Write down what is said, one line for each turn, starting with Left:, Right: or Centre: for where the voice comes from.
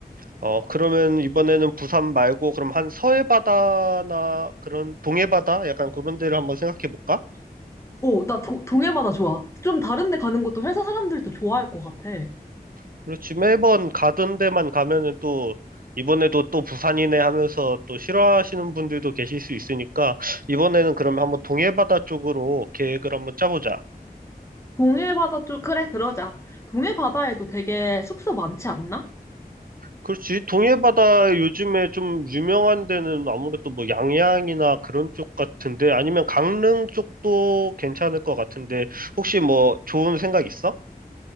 Right: 어, 그러면 이번에는 부산 말고 그럼 한 서해 바다나 그런 동해 바다 약간 그런 데를 한번 생각해 볼까?
Left: 어, 나 도, 동해바다 좋아. 좀 다른 데 가는 것도 회사 사람들도 좋아할 것 같아.
Right: 그렇지, 매번 가던 데만 가면은 또 이번에도 또 부산이네 하면서 또 싫어하시는 분들도 계실 수 있으니까 이번에는 그러면 한번 동해 바다 쪽으로 계획을 한번 짜보자.
Left: 동해바다 쪽, 그래, 그러자. 동해바다에도 되게 숙소 많지 않나?
Right: 그렇지. 동해바다 요즘에 좀 유명한 데는 아무래도 뭐 양양이나 그런 쪽 같은데 아니면 강릉 쪽도 괜찮을 것 같은데 혹시 뭐 좋은 생각 있어?